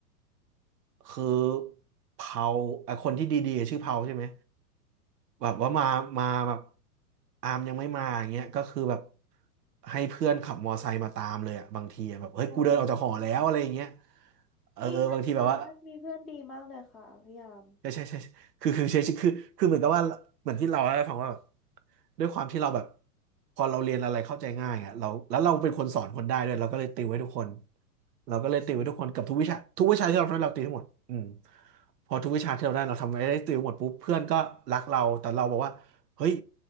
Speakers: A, on the right (about 80°); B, in the centre.
A: คือเผาไอ้คนที่ดีๆชื่อเผาใช่ไหมแบบว่ามามาแบบอามยังไม่มาอย่างเงี้ยก็คือแบบให้เพื่อนขับมอไซค์มาตามเลยอะบางทีอะแบบเฮ้ยกูเดินออกจากหอแล้วอะไรอย่างเงี้ย
B: โอ้
A: เออเออบางทีแบบว่า
B: ดีนะคะมีเพื่อนดีมากเลยค่ะพยายาม
A: ใช่ใช่ใช่คือคือใช่คือคือเหมือนกับว่าเหมือนที่เราเล่าให้ฟังว่าแบบด้วยความที่เราแบบพอเราเรียนอะไรเข้าใจง่ายอ่ะเราแล้วเราเป็นคนสอนคนได้ด้วยเราก็เลยติวให้ทุกคนเราก็เลยติวให้ทุกคนกับทุกวิชาทุกวิชาที่เราทำเราติวให้หมดอืมพอทุกวิชาที่เราได้เราทำไอ้ได้ติวหมดปุ๊บเพื่อนก็รักเราแต่เราบอกว่าเฮ้ย